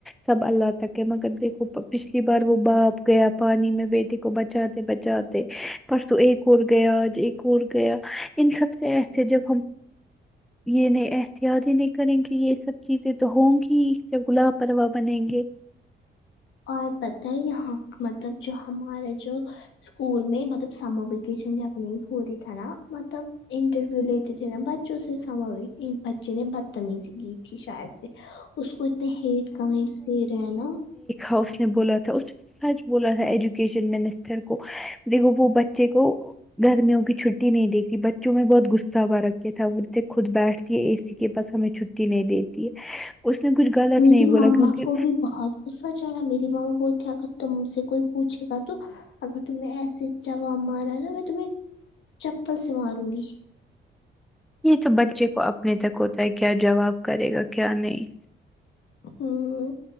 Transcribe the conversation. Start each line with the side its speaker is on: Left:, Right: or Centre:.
Centre: سب اللہ تک ہے مگر دیکھو پچھلی بار وہ باپ گیا پانی میں بیٹے کو بچاتے بچاتے پرسوں ایک اور گیا آج ایک اور گیا ان سب سے ایسے جب ہم یہ نہیں احتیاط ہی نہیں کریں گی یہ سب چیزیں تو ہوں گی جب گلاب پروا بنیں گے
Left: اور پت ہے یہاں مطلب جو ہمارے جو اسکول میں مطلب سمر ویکیشنب نہیں ہو رہی تھا نا مطلب انٹرویو لیتے تھے نا بچوں سے سمو ایک بچے نے بدتمیزی کی تھی شاید سے اس کو اتنے ہیٹ کمینٹ دے رہہے ہے نا
Centre: ہا اس نے بولا تھا اس سچ بولا تھا ایجوکیشن منسٹر کو دیکھو وہ بچے کو گرمیوں کی چھٹی نہیں دیکھی بچوں میں بہت غصہ ہوا رکھے تھا وہ تھے خود بیٹھ اے سی کے پاس ہمیں چھٹی نہیں دیتی ہے اس نے کچھ غلط
Left: میری
Centre: نہیں بولا
Left: ماما
Centre: کیونکہ
Left: کو بھی بہت اس کا واچھنا میری ماما بولتی اگر تم سے کوئی پوچھے گا تو اگر تمیں ایسے جواب مارا ہے نا میں تمہیں چپل سے ماروں گی
Centre: یہ تو بچے کو اپنے تک ہوتا ہے کیا جواب کرے گا کیا نہیں
Left: ہوں